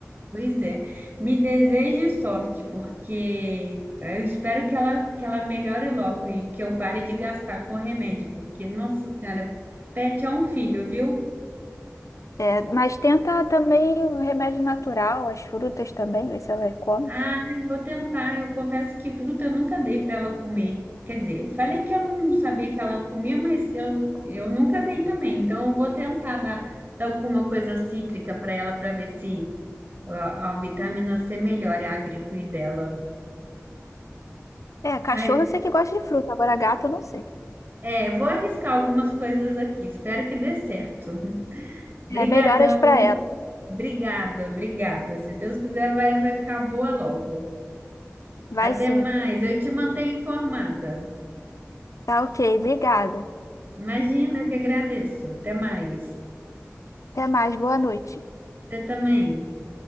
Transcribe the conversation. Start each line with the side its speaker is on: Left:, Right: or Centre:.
Right: Pois é, me deseje sorte, porque eu espero que ela, que ela melhore logo e que eu pare de gastar com remédio, porque, nossa senhora, pet é um filho, viu?
Left: É, mas tenta também um remédio natural, as frutas também, ver se ela come.
Right: Ah, eu vou tentar, eu confesso que fruta eu nunca dei para ela comer. Quer dizer, eu falei que eu não sabia que ela comia, mas eu, eu nunca dei também, então eu vou tentar dar, dar alguma coisa cítrica para ela para ver se a, a vitamina C melhora a gripe dela.
Left: É, cachorro
Right: Mas
Left: eu sei que gosta de fruta, agora gato eu não sei.
Right: É, vou arriscar algumas coisas aqui. Espero que dê certo. <laughs> Brigadão,
Left: É, melhoras para
Right: viu?
Left: ela.
Right: Obrigada, obrigada. Se Deus quiser, vai, vai ficar boa logo.
Left: Vai
Right: Até
Left: sim.
Right: mais. Eu te mantenho informada.
Left: Tá ok, obrigada.
Right: Imagina, eu que agradeço. Até mais.
Left: Até mais, boa noite.
Right: Você também.